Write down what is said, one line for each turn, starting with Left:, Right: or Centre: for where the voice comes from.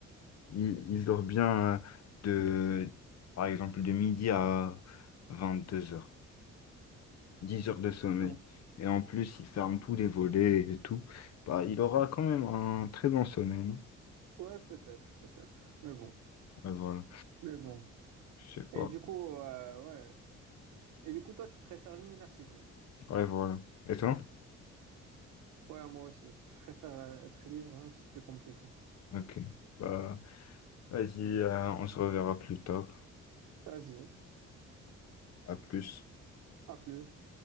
Left: Il, il dort bien euh, de, par exemple, de midi à 22 heures, 10 heures de sommeil.
Right: Ouais,
Left: Et en plus, il ferme tous les volets et tout. Bah, il aura quand même un très bon sommeil, non?
Right: ouais, peut-être, peut-être. Mais bon,
Left: Ouais, voilà.
Right: mais bon.
Left: Je sais pas.
Right: Et du coup, euh, ouais. Et du coup, toi, tu préfères l'université?
Left: Ouais, voilà. Et toi?
Right: Ouais, moi aussi, parce que je préfère euh, être libre, hein, c'est plus compliqué.
Left: Ok. Bah, vas-y, euh, on se reverra plus tard.
Right: Vas-y,
Left: À plus.
Right: à plus.